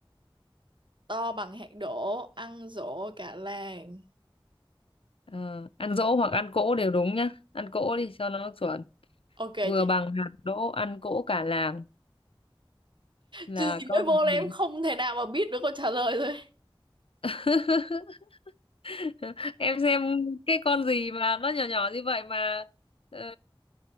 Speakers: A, on the right; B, on the left.
A: to bằng hạt đỗ, ăn dỗ cả làng.
B: Ờ, ăn dỗ hoặc ăn cỗ đều đúng nhá ăn cỗ đi cho nó chuẩn
A: Ok
B: vừa
A: chị.
B: bằng hạt đỗ ăn cỗ cả làng là
A: Chứ gì
B: con
A: mới vô là
B: gì
A: em không thể nào mà biết được câu trả lời rồi.
B: <laughs> em xem cái con gì mà nó nhỏ nhỏ như vậy mà ờ,